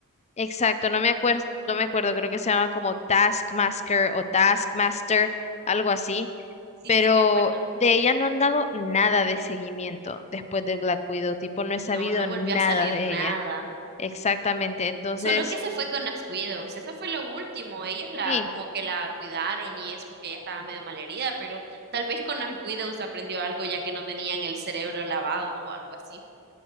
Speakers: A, on the left (about 30°); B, on the right (about 50°).
A: exacto, no me acuerdo, no me acuerdo, creo que se llama como Taskmaster o Taskmaster, algo así.
B: Sí,
A: pero
B: sí, me acuerdo.
A: de ella no han dado nada de seguimiento después de Black Widow, tipo, no he sabido
B: No, no volvió
A: nada
B: a salir
A: de
B: nada.
A: ella. Exactamente, entonces,
B: Solo que se fue con las Widows, eso fue lo último, ellos la
A: sí,
B: como que la cuidaron y es porque ella estaba medio malherida, pero tal vez con las Widows aprendió algo ya que no tenían el cerebro lavado o algo así.